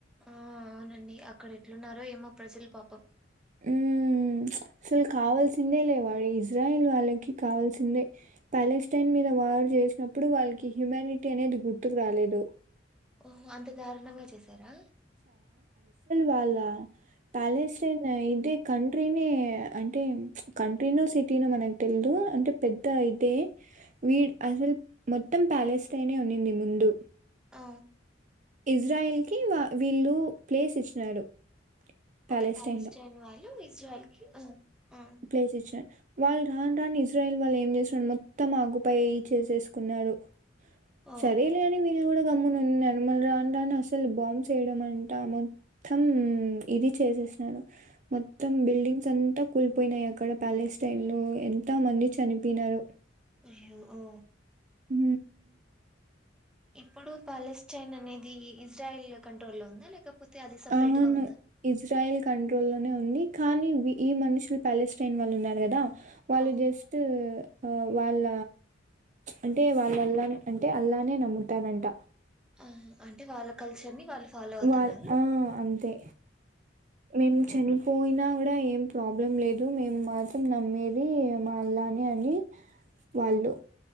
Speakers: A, in the centre; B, on the right (about 40°).
A: ఆ అవునండి అక్కడ ఎట్లున్నారో ఏమో ప్రజల పాపం
B: ఉ అసలు కావాల్సిందే లే వాాలి ఇజ్రాయిల్ వాళ్ళకి కావల్సిందే ప్యాలెస్టైన్ మీద వారు చేసినప్పుడు వాళ్ళకి హ్యుమానిటీ అనేది గుర్తుకు రాలేదు
A: ఓహో అంత దారుణంగా చేశారా
B: వాళ ప్యాలెస్ ఇదే కంట్రీనే అంటే కంట్రీనో సిటీనో మనకు తెలిదు అంటే పెద్ద ఇదే వీడ్ అసలు మొత్తం ప్యాలెస్ తనే ఉన్నింది ముందు
A: ఆ
B: ఇజ్రాయల్ కి వా వీళ్ళు ప్లేస్ ఇచ్చినారు
A: ఒక
B: ప్యాలెస్టైన్‌లో.
A: ప్యాలెస్టైన్ వాళ్ళు ఇ ఇస్రాయిల్ కి ఆ,
B: ప్లేసిచ్చ వాళ్ళ రాన్ రాన్ ఇజ్రాయిల్ వాల్ల ఏం చేస్తుిన మొత్తం ఆగుపైయి చేసేసుకున్నారు
A: ఓ
B: సరేలేని వీన గమ్మున మళ్ళ రాను రాను అసలు బాంబ్స్ చేయడం అంటా మొత్తం ఇది చేసేసినారు మొత్తం బిల్డింగ్స్ అంతా కూలిపోయినాయి అక్కడ ప్యాలెస్టైన్ లో ఎంత మంది చనిపోయినారు
A: అ్యో ఓ
B: హ
A: ఇప్పుడు పాలిచ్చైన్ అనేది ఇజ్రాయల్ కంట్రోల్లో ఉందా లేకపోతే అది సపరేట్
B: అవును
A: గా ఉందా
B: ఇజ్రాయల్ కంట్రోల్ లోనే ఉంది కానీ ఈ మనుషులు ప్యాలెస్టైన్ వాళ్ళు ఉన్నారు కదా వాళ్ళు
A: ఆ
B: జస్ట్ ఆ వాళ్ళ అంటే వాళ్ళల్లా అంటే అల్లానే నమ్ముతనంట
A: ఆ అంటే వాళ్ళ కల్చర్ ని వాళ్ళు ఫాలో అవుతన్నారు
B: వాల్ ఆ అంతే మేని పోయినా కూడా ఏం ప్రాబ్లం లేదు మేము మాత్రం నమ్మేది మాళాని అని వాళ్ళు